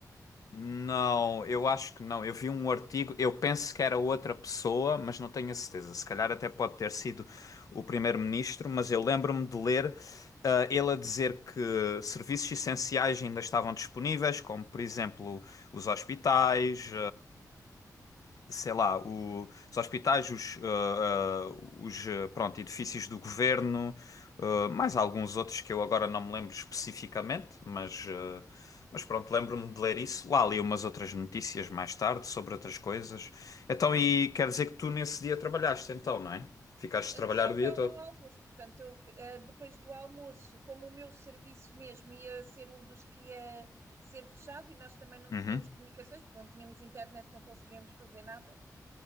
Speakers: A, on the left; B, on the right.
A: não, eu acho que não. Eu vi um artigo, eu penso que era outra pessoa, mas não tenho a certeza. Se calhar até pode ter sido o primeiro-ministro, mas eu lembro-me de ler, ah, ele a dizer que serviços essenciais ainda estavam disponíveis, como por exemplo os hospitais, sei lá, o- os hospitais, os, ah, ah, os, ah, pronto, edifícios do governo, ah, mais alguns outros que eu agora não me lembro especificamente, mas, ah, mas pronto, lembro-me de ler isso. Lá li umas outras notícias mais tarde sobre outras coisas. Então, e quer dizer que tu nesse dia trabalhaste então, não é? Ficaste
B: É,
A: a trabalhar
B: só até
A: o dia
B: o
A: todo.
B: almoço. Portanto, eu, uh, depois do almoço, como o meu serviço mesmo ia ser um dos que ia ser fechado e nós também não
A: Uhum,
B: tínhamos comunicações, porque não tínhamos internet, não conseguíamos fazer nada.